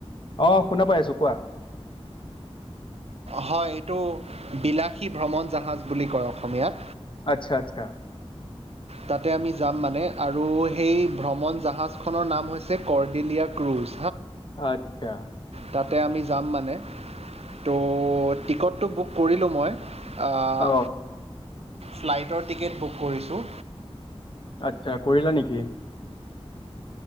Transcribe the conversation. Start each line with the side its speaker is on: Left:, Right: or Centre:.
Left: অ'! শুনা পাই আছোঁ। কোৱা?
Right: হয়! এইটো, বিলাসী ভ্ৰমণ জাহাজ বুলি কয়, অসমীয়াত।
Left: আচ্ছা, আচ্ছা।
Right: তাতে, আমি যাম মানে। আৰু সেই, ভ্ৰমণ জাহাজখনৰ নাম হৈছে, কৰ্ডেলীয়া ক্ৰুজ।
Left: আচ্ছা।
Right: তাতে, আমি যাম মানে। ত' টিকটটো বুক কৰিলোঁ, মই। আঁ
Left: অ
Right: ফ্লাইটৰ টিকেট বুক কৰিছোঁ।
Left: আচ্ছা, কৰিলা নেকি?